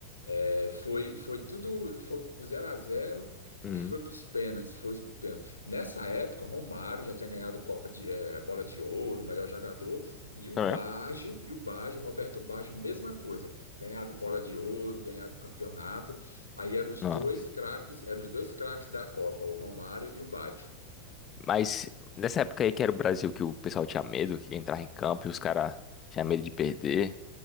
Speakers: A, on the left; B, on the left.
A: É, foi, foi tudo, foi pro zero a zero
B: hum,
A: e foi para os pênaltis, foi pro pênalti. Nessa época, o Romário já tinha ganhado Copa de eh, Bola de Ouro, melhor jogador, e o
B: foi
A: Baggio,
B: mesmo?
A: e o Baggio, Roberto Baggio, mesma coisa, ganhado Bola de Ouro, ganhado campeonato. Aí eram os
B: Nossa.
A: dois craques, eram os dois craques da Copa, o Romário e o Baggio.
B: Mas nessa época aí que era o Brasil que o pessoal tinha medo, que entrava em campo e os caras tinham medo de perder.